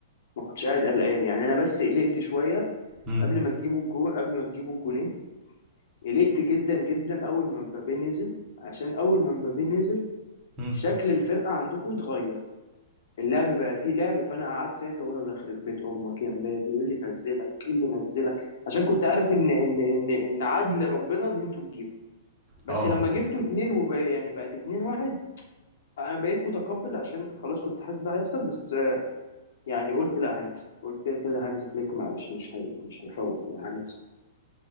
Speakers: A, on the left (about 70°); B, on the right (about 30°).
A: ما كنتش قاعد قلقان يعني أنا بس قلقت شوية
B: مم،
A: قبل ما تجيبوا الجون قبل ما تجيبوا الجونين قلقت جدا جدا اول ما مبابي نزل عشان اول ما مبابي نزل
B: مم.
A: شكل الفرقه عندكم اتغير اللعب بقى فيه لعب فانا قعدت ساعتها اقول الله يخرب بيت امك يا مبابي ايه اللي نزلك ايه اللي نزلك عشان كنت عارف ان ان ان ان عدل ربنا ان انتوا تجيبوا بس
B: اه
A: لما جبتوا اتنين وبقى يعني بقت اتنين واحد انا بقيت متقبل عشان خلاص كنت حاسس ده هيحصل بس آه، يعني قلت لا هنكسب قلت كده كده هانز فليك مش مش هي مش هيفوت يعني هنكسب